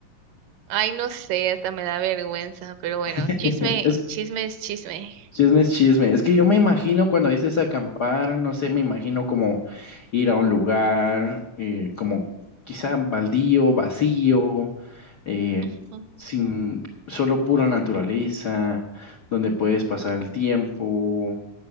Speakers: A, on the right; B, on the left.
A: ay, no sé, hasta me da vergüenza, pero bueno,
B: <laughs>
A: chisme,
B: Es
A: chisme es chisme.
B: chisme, es chisme. Es que yo me imagino cuando dices acampar, no sé, me imagino como ir a un lugar, eh, como quizá baldío, vacío, eh,
A: <laughs>
B: sin solo pura naturaleza, donde puedes pasar el tiempo,